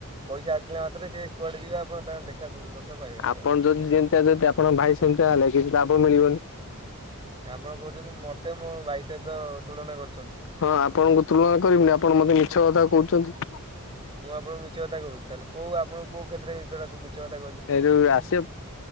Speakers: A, on the right (about 25°); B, on the left (about 60°).
A: ପଇସା ଆସିଲ ମାତ୍ରେ ସେ କୁଆଡେ ଯିବା ଆପଣ ତାଙ୍କୁ ଦେଖା ରଖା କୁ ପାଇବେନି
B: ଆପଣ
A: ଆଉ
B: ଯେମିତିଆ ଯଦି ଆପଣଙ୍କ ଭାଇ ସେମିତିତା ହେଲେ କିଛି ଲାଭ ମିଳିବନି
A: ଆପଣ କହୁଛନ୍ତି ମତେ ମୋ ଭାଇ ସହିତ ତୁଳନା କରୁଛନ୍ତି।
B: ହଁ ଆପଣଙ୍କୁ ତୁଳନା କରିବିନି ଆପଣ ମତେ ମିଛ କଥା କହୁଛନ୍ତି।
A: ମୁଁ ଆପଣ ମିଛ କଥା କହୁଛି ତାହାଲେ କୋଉଁ ଆପଣ କୋଉଁ କ୍ଷେତ୍ର ରେ ମିଛ କଥା କହିଥିଲି କହିଲେ?
B: ଏ ଯୋଉ ଆସିବ